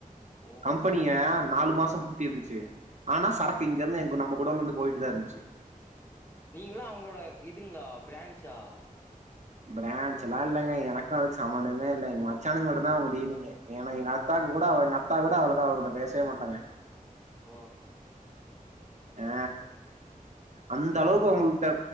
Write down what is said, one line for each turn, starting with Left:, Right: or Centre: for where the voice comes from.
Left: ஓ!
Right: கம்பெனிய நாலு மாசோ பூட்டிருந்துச்சு ஆனா சரக்கு
Left: ஆ
Right: இங்க இருந்து நம்ம குடோன்ல இருந்து போயிட்டுதா இருந்துச்சு
Left: நீங்களா அவுங்களோட இதுங்களா ஃப்ரான்ஜா
Right: ப்ரான்ஜ்சு எல்லா இல்லங்க எனக்கு அதுக்கு சம்பந்தமே இல்ல எங்க மச்சானுக்கு மட்டுந்தா அவுங்க டீலிங்கே ஏன்னா எங்க அத்தா கூட அவ எங்க அத்தா கூட அவளுக்கு அவகிட்ட பேசவே மாட்டாங்க
Left: ஓ
Right: அ அந்த அளவுக்கு அவுங்கள்ட்ட